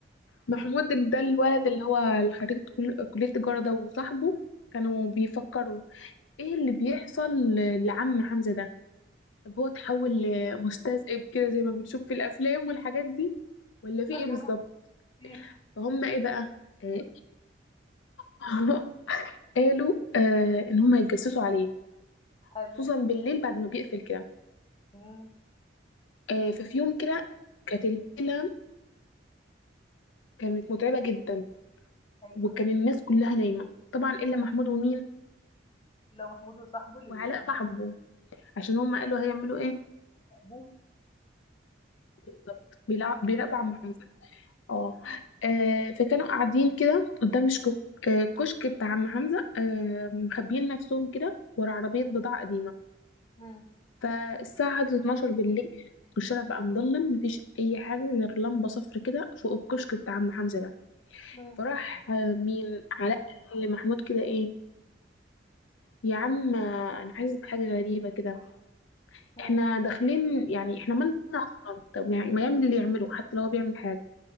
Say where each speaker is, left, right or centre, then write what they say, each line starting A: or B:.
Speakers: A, on the left (about 80°); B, on the left (about 25°).
A: محمود ال- ده الولد اللي هو خريج كل- كلية التجارة ده وصاحبه كانوا بيفكروا ايه اللي بيحصل لعم حمزة ده طب
B: إيه اللي
A: هو اتحول لمستذئب كده زي ما بنشوف في الافلام والحاجات دي ولا في
B: بيحصل
A: ايه بالظبط
B: يا رب؟ إمم،
A: فهم ايه بقى آه، قالوا <laughs> قالوا آه ان هم هيتجسسوا عليه
B: حلو،
A: خصوصا بالليل بعد ما بيقفل كده
B: إمم،
A: آه ففي يوم كده كانت الليله كانت متعبه جدا
B: أيوه.
A: وكان الناس كلها نايمه طبعا الا محمود ومين
B: اللي هو محمود وصاحبه اللي
A: وعلاء
B: بيراقبوا
A: صاحبه عشان هم قالوا هيعملوا ايه
B: أبوه.
A: بالظبط بيلع- بيراقبوا عم اه آه، فكانوا قاعدين كده قدام الشك- آه، كشك بتاع عم حمزة آه، مخبيين نفسهم كده ورا عربية بضاعة قديمة
B: إمم،
A: فالساعة عدت 12 بالليل والشارع بقى مظلم مفيش أي حاجة غير لمبة صفر كده فوق الكشك بتاع عم حمزة ده
B: إمم،
A: فراح آه، مين علاء لمحمود كده ايه يا عم آه، أنا حاسس بحاجة غريبة كده
B: إمم،
A: احنا داخلين يعني احنا مالنا أصلا طب يعني ما يعمل اللي يعمله حتى لو هو بيعمل حاجة